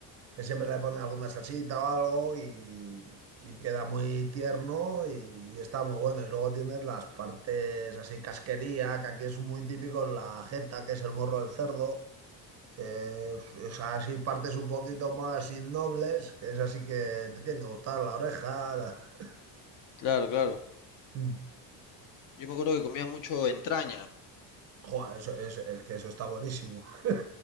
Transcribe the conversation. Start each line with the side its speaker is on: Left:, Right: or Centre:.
Right: que siempre le ponen alguna salsita o algo y, y queda muy tierno y, y está muy bueno. Y luego tienes las partes así casquería, que aquí es muy típico la jeta, que es el morro del cerdo. que es así partes un poquito más innobles, que es así que te tienen que gustar la oreja. la- <laughs>
Left: Claro, claro.
Right: Mm.
Left: Yo me acuerdo que comía mucho entraña.
Right: Joder, eso, eso- es que eso está buenísimo. <laughs>